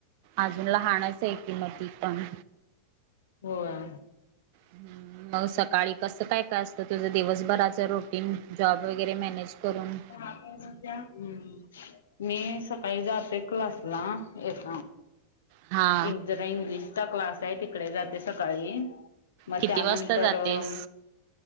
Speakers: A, on the right (about 45°); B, on the left (about 60°).
A: अजून लहाणाचं आहे, की म ती पण
B: होय
A: हम् मग सकाळी कसं काय काय असतं, तुझं दिवसभराच रुटिन जॉब वगैरे मॅनेज करून
B: <inaudible> हम मी सकाळी जाते क्लासला एक
A: हा
B: एक जरा इंग्लिशचा क्लास आहे, तिकडे जाते सकाळी मग
A: किती
B: त्यानंतर
A: वाजता जातेस
B: अ